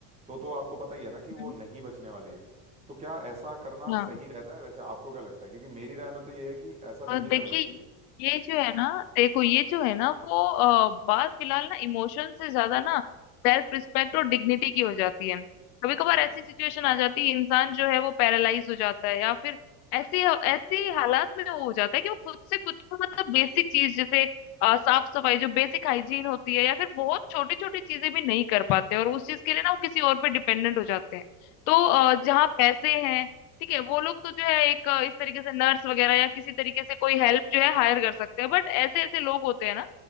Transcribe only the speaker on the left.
हम्म,
हाँ
और देखिए
ये जो है ना देखो ये जो है ना वो अ, बात फिलहाल ना इमोशन से ज्यादा ना सेल्फ रिस्पेक्ट और डिग्निटी की हो जाती है कभी कभार
ऐसी सिचुएशन आ जाती है इंसान जो है वो पैरालाइज हो जाता है या फिर ऐसी ऐसी हालात में वो हो जाता है कि वो खुद से खुद को मतलब बेसिक चीज जैसे अ, साफ सफाई जो बेसिक हाइजीन होती है या फिर बहुत छोटी छोटी चीजें भी नहीं कर पाते और उस चीज के लिए ना वो किसी और पे डिपेंडेंट हो जाते हैं तो अ, जहाँ पैसे हैं ठीक है वो लोग तो जो है एक अ, इस तरीके से नर्स वगैरह या किसी तरीके से कोई हेल्प जो है हायर कर सकते हैं बट ऐसे ऐसे लोग होते हैं ना